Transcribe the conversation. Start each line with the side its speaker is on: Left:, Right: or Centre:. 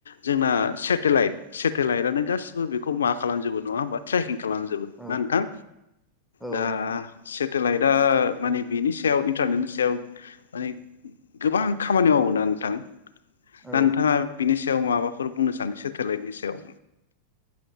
Left: जोंना सेटेलाइट सेटेलाइटआनो गासिबो बेखौ मा खालामजोबो नङा होमबा ट्रेकिं खालामजोबो ना
Centre: औ
Left: नोंथां?
Centre: औ
Left: दा सेटेलाइटआ माने बेनि सायाव इन्टारनेटनि सायाव माने गोबां खामानि मावोना नोंथां
Centre: औ
Left: दा नोंथाङा बिनि सायाव माबाफोर बुंनो सानो सेटेलाइटनि सायाव?